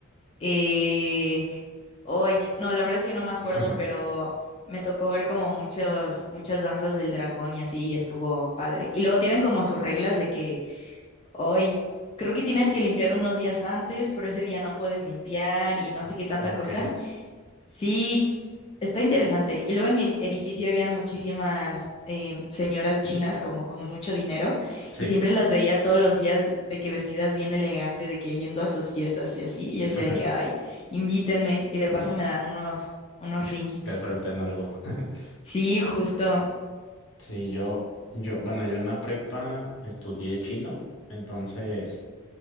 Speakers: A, on the left (about 25°); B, on the left (about 65°).
A: Eh, hoy, no, la verdad es que no me acuerdo,
B: <laughs>
A: pero me tocó ver como muchas, muchas danzas del dragón y así, y estuvo padre. Y luego tienen como sus reglas de que hoy creo que tienes que limpiar unos días antes, pero ese día no puedes limpiar y no sé qué tanta
B: Ok,
A: cosa. Sí, Está interesante. Y luego en mi edificio habían muchísimas em, señoras chinas como con mucho dinero
B: sí,
A: y siempre las veía todos los días de que vestidas bien elegante, de que yendo a sus fiestas y así. Y
B: <laughs>
A: yo decía de que, ay, invítenme y de paso me dan unos, unos ringgits.
B: que suelten algo. <laughs>
A: Sí, justo.
B: Sí, yo, yo, bueno, yo en la prepa estudié chino, entonces,